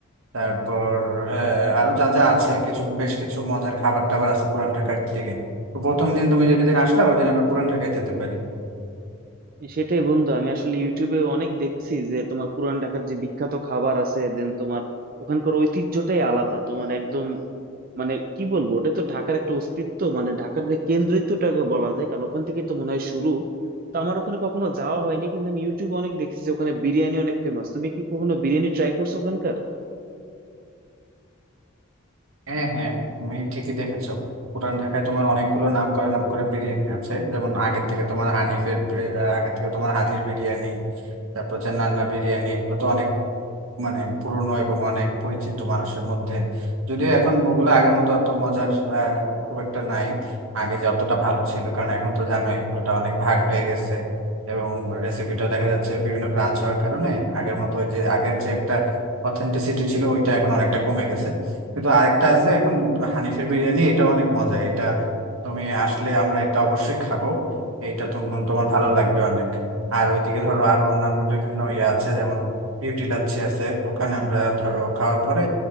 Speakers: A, on the right (about 80°); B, on the right (about 45°).
A: তারপর আহ, আরো যা যা আছে কিছু বেশ কিছু মজার খাবার টাবার আছে পুরান ঢাকার দিকে তো প্রথম দিন তুমি যেদিন আসলা ওই দিন আমরা পুরান ঢাকায় যেতে পারি
B: সেটাই বন্ধু আমি আসলে ইউটিউবে অনেক দেখছি যে তোমার পুরান ঢাকার যে বিখ্যাত খাবার আছে দেন তোমার ওখানকার ঐতিহ্যটাই আলাদা তোমার একদম মানে কি বলবো ওটা তো ঢাকার একটা অস্তিত্ব মানে ঢাকার যে কেন্দ্রিত্বটাকে বলা যায় কারণ ওখান থেকেই তো মনে হয় শুরু তো আমার ওখানে কখনো যাওয়া হয়নি কিন্তু আমি ইউটিউবে অনেক দেখেছি যে ওখানে বিরিয়ানি অনেক ফেমাস তুমি কি কখনো বিরিয়ানি ট্রাই করছো ওখানকার
A: হ্যাঁ হ্যাঁ তুমি ঠিকই দেখেছো পুরান ঢাকায় তোমার অনেকগুলো নাম করা নাম করা বিরিয়ানি আছে যেমন আগে থেকে তোমার হানিফের বি- আহ, আগে থেকে তোমার হাজির বিরিয়ানি তারপর হচ্ছে নান্না বিরিয়ানি এগুলো তো অনেক মানে পুরনো এবং অনেক পরিচিত মানুষের মধ্যে যদিও এখন ওগুলো আগের মতো অত মজার আহ, খুব একটা নাই আগে যতটা ভালো ছিল কারণ এখন তো জানোই ওটা অনেক ভাগ হয়ে গেছে এবং রেসিপিটা দেখা যাচ্ছে বিভিন্ন ব্রাঞ্চ হওয়ার কারণে আগের মতো ওই যে আগের যে একটা অথেন্টিসিটি ছিল ওইটা এখন অনেকটা কমে গেছে কিন্তু আরেকটা আছে এখন হানিফের বিরিয়ানি এটা অনেক মজা এটা তুমি আসলে আমরা এটা অবশ্যই খাবো এটা তোমার তোমার ভালো লাগবে অনেক আর ওইদিকে ধরো আরো অন্যান্য বিভিন্ন ইয়ে আছে যেমন বিউটি লাচ্ছি আছে ওখানে আমরা ধরো খাওয়ার পরে